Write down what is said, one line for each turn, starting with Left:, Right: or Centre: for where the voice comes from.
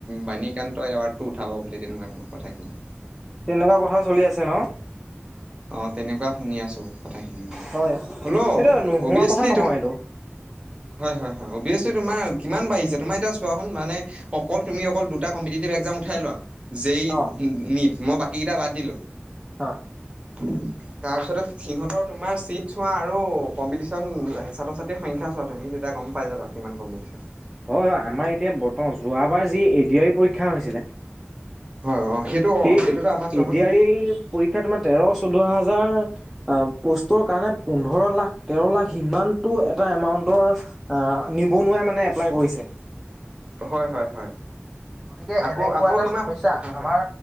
Right: বাণীকান্ত এৱাৰ্ডটো উঠাব বুলি তেনেকুৱা ধৰণৰ কথাখিনি
Centre: তেনেকুৱা কথা চলি আছে ন
Right: অ' তেনেকুৱা শুনি আছোঁ কথাখিনি মানে।
Centre: হয়
Right: হ'লেও
Centre: এইটো নোহোৱা
Right: অবিয়াছলি
Centre: কথা নহয়
Right: তোম
Centre: এইটো
Right: হয় হয় হয় অবিয়াচলি তোমাৰ কিমান বাঢ়িছে তোমাৰ এতিয়া চোৱা চোন মানে অকল তুমি অকল দুটা কম্পিটিটিভ একজাম উঠাই লোৱা জেই
Centre: অ
Right: নিট মই বাকী কিটা বাদ দিলো
Centre: অ
Right: <inaudible> তাৰপিছতে সিহঁতৰ তোমাৰ চিট চোৱা আৰু কম্পিটিশন ছাত্ৰ ছাত্ৰীৰ সংখ্যা চোৱা তুমি যেতিয়া গম- পাই যাবা কিমান কম্পিটিশ্যন।
Centre: হয়, হয়, আমাৰ এতিয়া বৰ্তমান যোৱাবাৰ যি এ ডি আৰ ই পৰীক্ষা হৈছিলে।
Right: হয় অ', সেইটো অ',
Centre: সেই
Right: সেইটোতো আমাৰ চোৱা
Centre: এ
Right: শোন
Centre: ডি আৰ ই পৰীক্ষা তোমাৰ তেৰ চৈধ্য হাজাৰ অহ, প'ষ্টৰ কাৰণে পোন্ধৰ লাখ তেৰ লাখ সিমানটো এটা এমাউন্টৰ অ', নিবনুৱাই মানে এপ্লাই কৰিছে।
Right: হয় হয় হয়
Centre: গতিকে
Right: আকৌ
Centre: এনেকুৱা
Right: আকৌ
Centre: এটা
Right: তোমাৰ
Centre: সমস্যা
Right: হয়
Centre: আমাৰ
Right: হয়